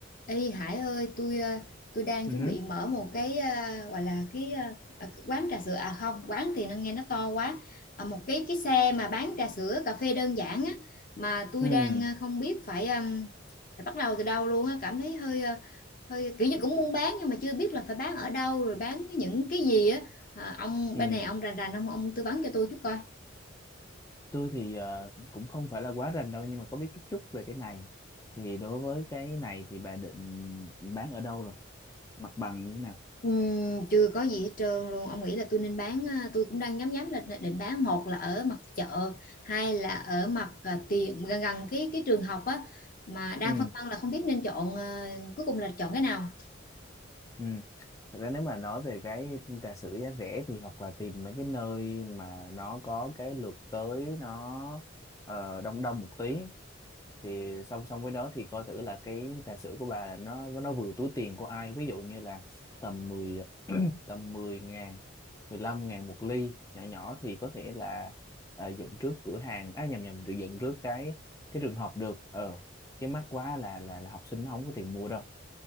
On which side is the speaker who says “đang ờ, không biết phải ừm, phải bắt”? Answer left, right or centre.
Left